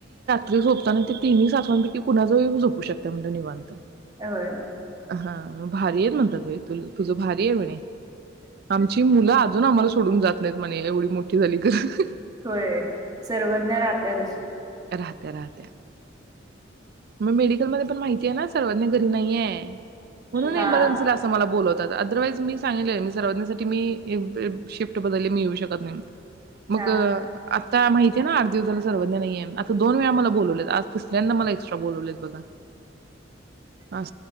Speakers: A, on the right (about 55°); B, on the right (about 20°).
A: जी झोपताना ती तीनही सासवांपैकी कोणाजवळही झोपू शकतिया म्हटल निवांत
B: ए व्हय
A: हां भारीएत अस म्हणतात बाई तूल तुझ भारी आहे म्हणे. आमची मुलं अजून आम्हाला सोडून सोडून जात नाहीत म्हने एवढी मोठी झाली ग हह
B: होय सर्वज्ञा राहतीया तशी.
A: राहत्या राहतिया मग मेडिकल मध्ये पण माहित आहे ना सर्वज्ञा घरी नाही. हे हाय म्हणून
B: हा
A: इमर्जेन्सी मला बोलवतात आदर वाईज मी सांगितले आहे. सर्वज्ञा साठी मी शिफ्ट बदलली मी येवू शकत नाही. मग
B: हा
A: अ आता माहित नाही. ते ना आठ दिवस झाले सर्वज्ञा नाहीय आता दोन वेळा मला बोलवलेत आज तिसऱ्यांदा मला एक आज एक्स्ट्रा बोलवलेत बघा आज